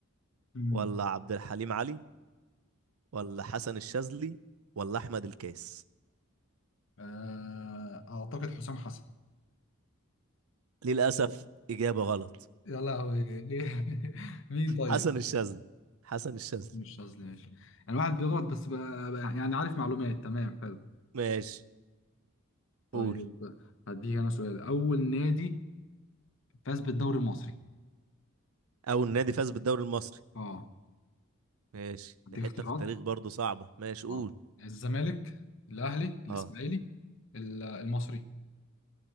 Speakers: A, on the left; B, on the right.
A: امم
B: ولا عبد الحليم علي ولا حسن الشاذلي ولا احمد الكاس
A: آه، اعتقد حسام حسن
B: للاسف اجابه غلط
A: يا لهوي ليه <laughs> مين طيب
B: حسن الشاذلي حسن الشاذلي
A: مش قصدي ماشي يعني واحد بيغلط بس بقى, بقى يعني عارف معلومات تمام حلو
B: ماشي
A: طيب
B: قول
A: هديك انا سؤال اول نادي فاز بالدوري المصري
B: اول نادي فاز بالدوري المصري
A: اه
B: ماشي
A: هديك
B: دي حته
A: اختيارات
B: في التاريخ برضه صعبه ماشي قول
A: اه الزمالك الاهلي الاسماعيلي
B: اه
A: ال- المصري